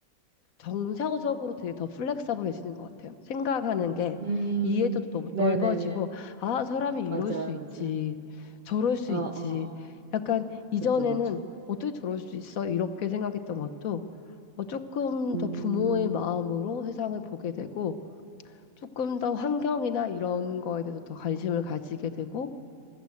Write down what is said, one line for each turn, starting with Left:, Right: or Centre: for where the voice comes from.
Left: 정상적으로 되게 더 플렉서블해지는 것 같아요. 생각하는 게
Right: 음,
Left: 이해도도 너무
Right: 네네네.
Left: 넓어지고 아 사람이 이럴
Right: 맞아요,
Left: 수 있지
Right: 맞아요.
Left: 저럴 수
Right: 어,
Left: 있지
Right: 어, 어.
Left: 약간 이전에는
Right: 그쵸, 그쵸.
Left: 어떻게 저럴 수 있어? 이렇게 생각했던 것도 어, 조금
Right: 음.
Left: 더 부모의 마음으로 세상을 보게 되고, 조금 더 환경이나 이런 거에 대해서 더 관심을 가지게 되고,